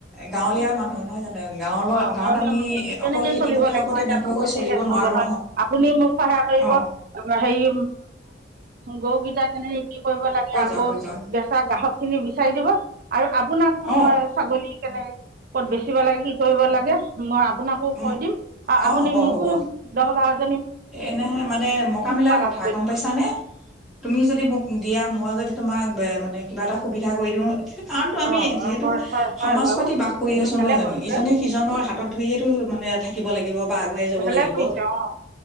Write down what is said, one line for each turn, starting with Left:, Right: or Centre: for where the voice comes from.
Centre: গাঁৱলীয়া মানুহ নহয় জানো। গাঁৱৰ
Right: অহ ',
Centre: গাঁৱত
Right: গাৱলীয়া
Centre: আমি
Right: অঞ্চল তেনেকে
Centre: অকল খেতি
Right: চলিব
Centre: পথাৰৰ
Right: লাগিব
Centre: ওপৰতে
Right: এতিয়া
Centre: নিৰ্ভৰ
Right: অঞ্চল
Centre: কৰি চলিব
Right: শেষ
Centre: নোৱাৰো
Right: হ গৈ নহয় আপুনি মোক সহায় কৰিব।
Centre: অ
Right: হেৰি গৰু <unintelligible> কি কৰিব লাগে
Centre: কৈ
Right: আকৌ
Centre: যোৱা কৈ যোৱা
Right: বেচা গ্ৰাহক খিনি বিচাৰি দিব। আৰু আপোনাকো
Centre: অ
Right: মই ছাগলী। কেনে ক'ত বেচিব লাগে কি কৰিব লাগে মই আপোনাকো
Centre: উম
Right: কৈ দিম আৰু
Centre: অ
Right: আপুনি
Centre: হ'ব
Right: মোকো
Centre: হ'ব
Right: দহবাৰ।
Centre: এনেহে মানে মোক মিলাৰ
Right: পালন
Centre: কথা
Right: কৰিম
Centre: গম পাইছা নে? তুমি যদি মোক দিয়া। মই যদি তোমাক মানে কিবা এটা সুবিধা কৰি দিওঁ। কাৰণতো আমি
Right: অ
Centre: যিহেতু
Right: হয় হয় হয়
Centre: সমাজ
Right: বাৰু
Centre: পাতি বাস কৰি
Right: সেইটো
Centre: আছো
Right: ভালে
Centre: নহয় জানো
Right: কৰিছে
Centre: ইজনে সিজনৰ হাত হাতত ধৰিয়েতো মানে থাকিব লাগিব। বা আগুৱাই যাব
Right: ভালে
Centre: লাগিব।
Right: কৰিছে অ